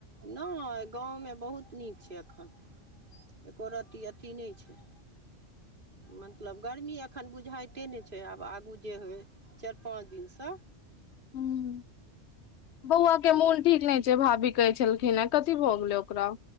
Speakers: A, on the right (about 45°); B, on the left (about 65°).
A: नेैय गाँव मे बहुत नीक छेै एखन एकोरती अथी नेै छेै। मतलब गर्मी एखन बुझाइते ने छेै आब आगू जे होय। चैर पाँच दिन सँ।
B: हूँ बौआ के मोन ठीक नेै छेैय भाभी कहेै छेलखिन ए। कथी भऽ गेलेै ओकरा।